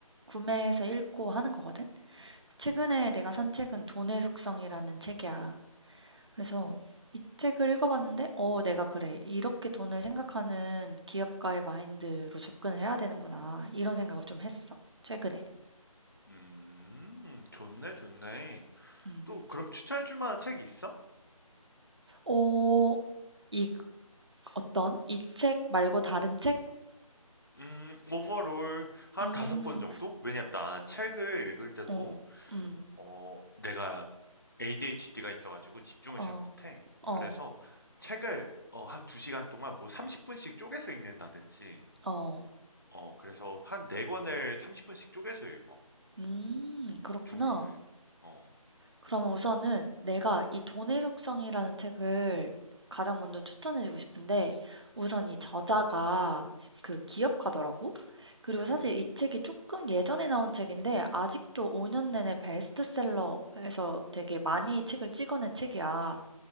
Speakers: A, on the right; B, on the left.
A: 구매해서 읽고 하는 거거든. 최근에 내가 산 책은 돈의 속성이라는 책이야. 그래서 이 책을 읽어봤는데, 어, 내가 그래. 이렇게 돈을 생각하는 기업가의 마인드로 접근을 해야 되는구나. 이런 생각을 좀 했어. 최근에.
B: 음, 좋네, 좋네.
A: 음.
B: 또 그럼 추천해줄 만한 책이 있어?
A: 어, 이 어떤? 이 책 말고 다른 책?
B: 음, 오버롤 한
A: 음,
B: 다섯 권 정도? 왜냐면 나 책을 읽을 때도
A: 어, 음.
B: 어, 내가 ADHD가 있어가지고 집중을
A: 어,
B: 잘 못해.
A: 어,
B: 그래서 책을 어, 한 2시간 동안 뭐 30분씩 쪼개서 읽는다든지,
A: 어.
B: 어, 그래서 한 4권을 30분씩 쪼개서 읽어.
A: 음, 그렇구나.
B: 종류를. 어,
A: 그러면 우선은 내가 이 돈의 속성이라는 책을 가장 먼저 추천해주고 싶은데, 우선 이 저자가 그 기업가더라고? 그리고
B: 음,
A: 사실 이 책이 조금 예전에 나온 책인데, 아직도 5년 내내 베스트셀러에서 되게 많이 책을 찍어낸 책이야.